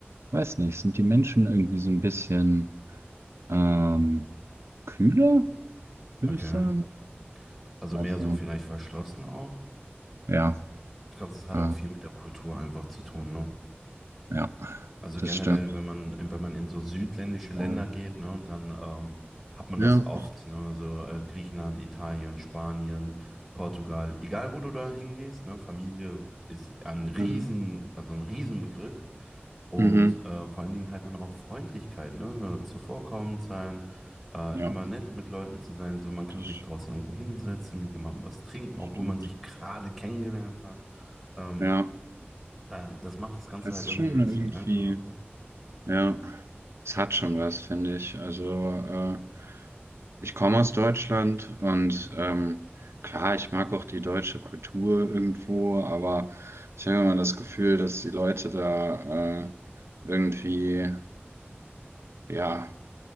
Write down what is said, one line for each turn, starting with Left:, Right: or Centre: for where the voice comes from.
Right: weiß nicht, sind die Menschen irgendwie so ein bisschen ähm, kühler? würde
Centre: Okay.
Right: ich sagen.
Centre: Also
Right: Also,
Centre: mehr so vielleicht verschlossen auch.
Right: ja,
Centre: Ich glaube, das hat
Right: äh,
Centre: auch viel mit der Kultur einfach zu tun, ne?
Right: ja,
Centre: Also
Right: das
Centre: generell,
Right: stimmt.
Centre: wenn man, wenn man in so südländische Länder
Right: Ähm,
Centre: geht, ne, dann ähm, hat man
Right: Ja,
Centre: das oft, ne, so äh, Griechenland, Italien, Spanien, Portugal, egal wo du da hingehst, ne, Familie ist ein Riesen,
Right: Mhm.
Centre: also ein Riesenbegriff und
Right: Mhm.
Centre: äh, vor allen Dingen halt dann auch Freundlichkeit, ne, zuvorkommend sein, äh,
Right: Ja,
Centre: immer nett mit Leuten zu sein, so man kann
Right: das
Centre: sich draußen irgendwo hinsetzen, mit jemandem was trinken, obwohl
Right: stimmt.
Centre: man sich gerade kennengelernt hat. Ähm,
Right: Ja,
Centre: da, das macht das Ganze
Right: das
Centre: halt
Right: ist
Centre: irgendwie
Right: schon irgendwie,
Centre: ein bisschen einfacher, ne?
Right: ja, es hat schon was, finde ich. Also, äh, ich komme aus Deutschland und ähm, klar, ich mag auch die deutsche Kultur irgendwo, aber ich habe immer das Gefühl, dass die Leute da äh, irgendwie, ja,